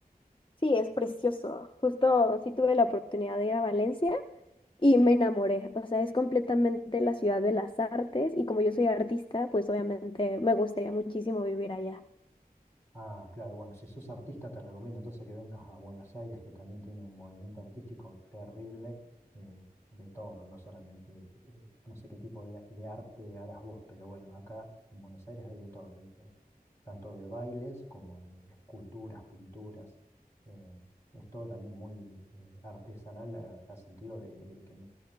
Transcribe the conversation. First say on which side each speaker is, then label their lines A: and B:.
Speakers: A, on the left; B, on the left.
A: sí, es precioso. Justo sí tuve la oportunidad de ir a Valencia y me enamoré. O sea, es completamente la ciudad de las artes y como yo soy artista, pues obviamente me gustaría muchísimo vivir allá.
B: Ah, claro, bueno, si sos artista te recomiendo entonces que vengas a Buenos Aires, que también tiene un movimiento artístico terrible eh, de todo, no solamente, eh, no sé qué tipo de, de arte harás vos, pero bueno, acá en Buenos Aires hay de todo, hay- hay tanto de bailes como de esculturas, pinturas, eh, es todo también muy eh, artesanal a- al sentido de, de que no,